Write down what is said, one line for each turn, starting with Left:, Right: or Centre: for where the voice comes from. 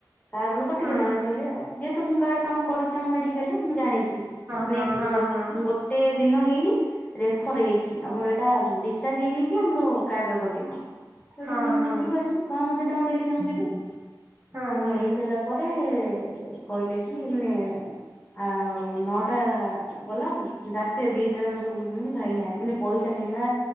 Left: କାର୍ଡ ରୁ କଟିବ
Right: ହଁ
Left: ନାଇ ନା
Right: ହଁ
Left: କହିଲେ, ଯେହେତୁ ମୁଁ କାର୍ଡ କାମ କରୁଛି ଆ ମେଡିକାଲ ରେ ମୁଁ ଜାଣିଛି।
Right: ହଁ
Left: ନାଇଁ ମୁଁ
Right: ହଁ
Left: ଗୋଟ-ଗୋଟ
Right: ହଁ
Left: ଗୋଟେ ଦିନ ହେଇନି ରେଫର ହେଇଛି। ଆମର ଏଇଟା ଡିସଚାର୍ଜ ହେଇନି କି ଆମର କାର୍ଡରେ କଟିବ। ସେଠୁ
Right: ହଁ ହଁ
Left: ଠିକ୍ ଅଛି। ବାଉନ ହଜାର ଟଙ୍କା ଦେଲି ତାଙ୍କୁ ସେଠୁ
Right: ହଁ
Left: ସେଠୁ
Right: ହଁ
Left: ନେଇ ସାରିଲା ପରେ, କହିଲେ କି ମାନେ ଆ ନଟା ଗଲା, ରାତିରେ ଦିଟାରେ ମତେ କହୁଛନ୍ତି ଭାଇ ନାହିଁ, ମାନେ ପଇସା ନେଲା